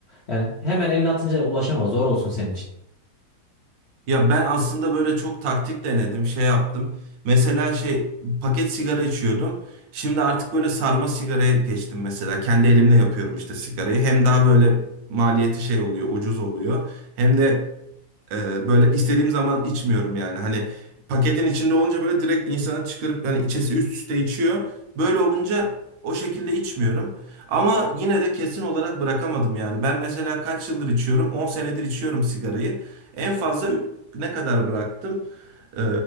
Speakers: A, on the left; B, on the right.
A: Yani hemen eline atınca ulaşamaz. Zor olsun senin için.
B: Ya ben aslında böyle çok taktik denedim, şey yaptım. Mesela şey paket sigara içiyordum. Şimdi artık böyle sarma sigaraya geçtim mesela. Kendi elimle yapıyorum işte sigarayı. Hem daha böyle maliyeti şey oluyor, ucuz oluyor. Hem de ee, böyle istediğim zaman içmiyorum yani. Hani paketin içinde olunca böyle direkt insanı çıkarıp yani içesi üst üste içiyor. Böyle olunca o şekilde içmiyorum. Ama yine de kesin olarak bırakamadım yani. Ben mesela kaç yıldır içiyorum? 10 senedir içiyorum sigarayı. En fazla ü- ne kadar bıraktım? Ee,